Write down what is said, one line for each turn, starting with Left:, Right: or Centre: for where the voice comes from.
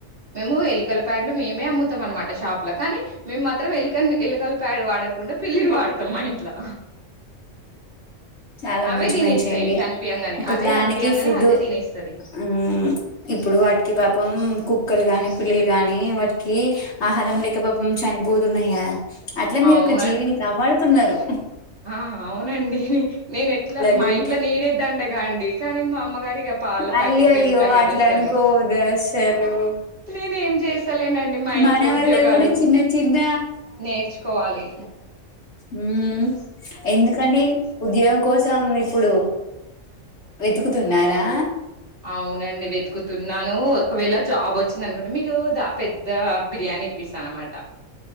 Right: మేము ఎలికల ప్యాడ్లు మే అమ్ముతాం అనమాట షాప్ కానీ మేము మాత్రం ఏలకని ఏలకల పేడ వాడకుండా పిల్లిని వాడతాం మా ఇంట్లో
Left: చాలా
Right: అవే
Left: మంచి
Right: తినేస్తాయి
Left: మంచి ఐడియా
Right: కనిపియంగానే
Left: ఒక
Right: అవే
Left: ప్రాణికి
Right: కనిపియంగానే
Left: ఫుడ్డు
Right: అదే తినేస్తది
Left: ఆ ఇప్పుడు వాటికి పాపం కుక్ కుక్కలు కాని పిల్లులు కాని వాటి క ఆహారం లేక పాపం చనిపోతున్నాయ అట్లా మీరు
Right: అవునండి
Left: ఒక జీవిని కాపడా న్నారు
Right: ఆ అవునండి నేను ఎట్లా మా
Left: గ్రేట్
Right: ఇంట్లో నేనేద్దండగా అండి కానీ మా అమ్మగారిగా పాల
Left: అయ్యయ్యో
Right: ప్యాకెట్ పెరుగు ప్యాకెట్
Left: అట్లా
Right: చేస్తుంది
Left: అనుకోవద్దు అసలు
Right: నేనే ఏం చేస్తలేనండి మా
Left: మన
Right: ఇంట్లో
Left: వల్ల
Right: ఉద్యోగాలు
Left: కూడా చిన్న చిన్న
Right: నేర్చుకోవాలి
Left: ఉ ఎందుకండి ఉద్యోగం కోసం ఇప్పుడు వెతుకుతున్నారా
Right: అవునండి వెతుకుతుూ న్నాను ఒకవేళ జాబ్ వచ్చింది అనుకోండి మీకు పెద్ద బిర్యానీ తనమాట